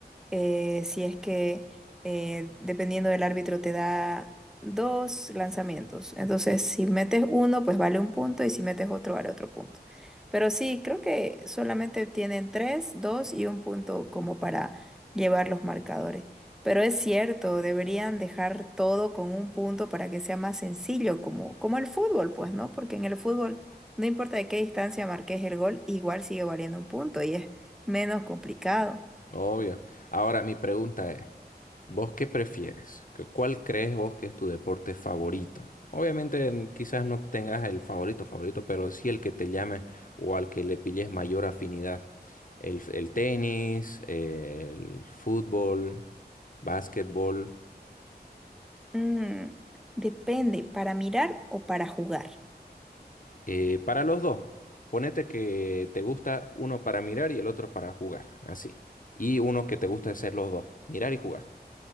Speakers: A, in the centre; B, on the left.
A: eh, si es que eh, dependiendo del árbitro te da dos lanzamientos. Entonces, si metes uno, pues vale un punto y si metes otro, vale otro punto. Pero sí, creo que solamente tienen tres, dos y un punto como para llevar los marcadores. Pero es cierto, deberían dejar todo con un punto para que sea más sencillo, como, como el fútbol, pues, ¿no? Porque en el fútbol, no importa de qué distancia marques el gol, igual sigue valiendo un punto y es menos complicado.
B: Obvio. Ahora, mi pregunta es, ¿vos qué prefieres? ¿Qué- ¿Cuál crees vos que es tu deporte favorito? Obviamente n- quizás no tengas el favorito favorito, pero sí el que te llame o al que le pilles mayor afinidad. El, el tenis, el fútbol, básquetbol.
A: Mm, depende, ¿para mirar o para jugar?
B: eh, para los dos, ponete que te gusta uno para mirar y el otro para jugar, así. Y uno que te gusta hacer los dos, mirar y jugar.